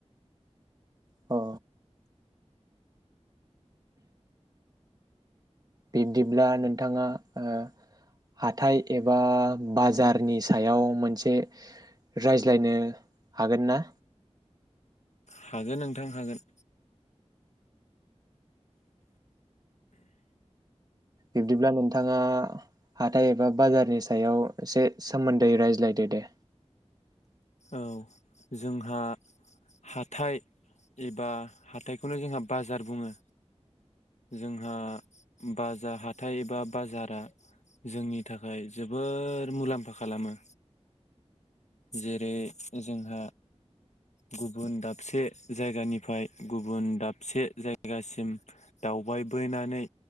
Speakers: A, on the right; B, on the left.
A: औ बिब्दिब्ला नोंथांङा ओ हाथाय एबा बाजारनि सायाव मोनसे रायज्लायनो हागोन ना?
B: हागोन नोंथां हागोन।
A: बिब्दिब्ला नोंथाङा हाथाय एबा बाजारनि सायाव एसे सोमोन्दै रायज्लायदो दे?
B: औ जोंहा हाथाइ एबा हाथाइखौनो जोंहा बाजार बुङो जोंहा बाजार हाथाइ एबा बाजारा जोंनि थाखाय जोबोर मुलाम्फा खालामो जे जै जोंहा गुबुन दाबसे जायगानिफ्राय गुबुन दाबसे जायगासिम दावबायबोनानै